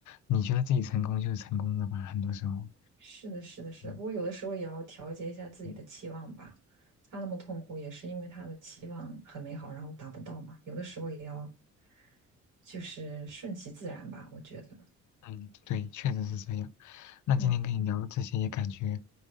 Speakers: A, on the left; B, on the right.
A: 你觉得自己成功就是成功了吧，很多时候。
B: 是的，是的，是的。
A: 嗯
B: 不过有的时候也要调节一下自己的期望吧。
A: 嗯
B: 他那么痛苦，也是因为他的期望很美好，然后达不到嘛。有的时候也要就是顺其自然吧，我觉得。
A: 嗯，对，确实是这样。那今天跟你聊这些，
B: 嗯，
A: 也感觉